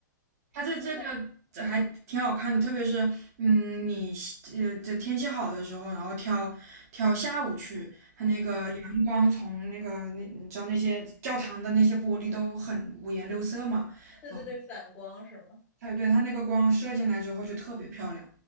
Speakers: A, on the right (about 50°); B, on the left (about 15°).
A: 他这这个这还挺好看的，
B: 那嗯，
A: 特别是嗯，你呃这天气好的时候，然后挑挑下午去，它那个阳光从那个那你知道那些教堂的那些玻璃都很五颜六色嘛，
B: 对对对，
A: 啊，
B: 反光是吗？
A: 它对它那个光射进来之后就特别漂亮。